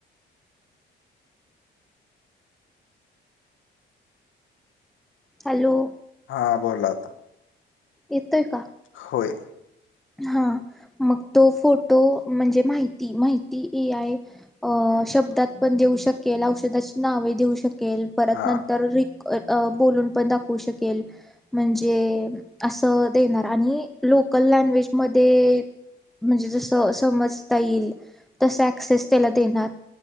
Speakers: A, in the centre; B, on the left.
A: हॅलो?
B: हा बोला आता
A: येतोय का?
B: होय.
A: हा, मग तो फोटो म्हणजे माहिती माहिती एआय अ शब्दात पण देऊ शकेल, औषधाची नावे देऊ शकेल, परत
B: हा
A: नं तर र बोलून पण दाखवू शकेल. म्हणजे असं देणार आणि लोकल लँग्वेज मध्ये म्हणजे जस समजता येईल, तसं ऍक्सेस त्याला देणार.